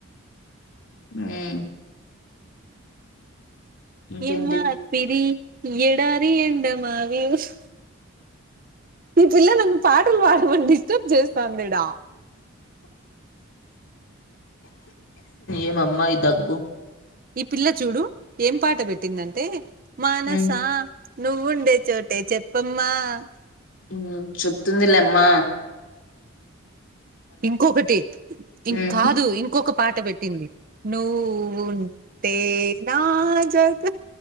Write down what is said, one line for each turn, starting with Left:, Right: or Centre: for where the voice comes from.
Left: హమ్ ఇంకేంటి
Right: ఏమ్మా తిరి ఎడారి ఎండమావి ఓస్ ఈ పిల్ల నన్ను పాటలు పాడమని డిస్టర్బ్ చేస్తాంది ఈడ
Left: ఏమమ్మా ఈ దగ్గు
Right: ఈ పిల్ల చూడు ఏం పాట పెట్ పెట్టింది అంటే మనసా
Left: హ్మ్
Right: నువ్వుండే చోటే చెప్పమ్మా ఆ
Left: ఊ చెప్తుంది లేమ్మా
Right: ఇంకొకటి ఇం
Left: హ్మ్
Right: కాదు ఇంకొక పాట పెట్టింది నువ్ ఉంటే నా జత